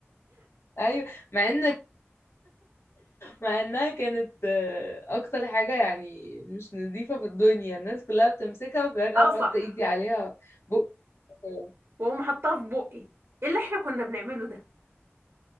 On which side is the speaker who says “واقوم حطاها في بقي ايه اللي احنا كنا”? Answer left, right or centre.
Right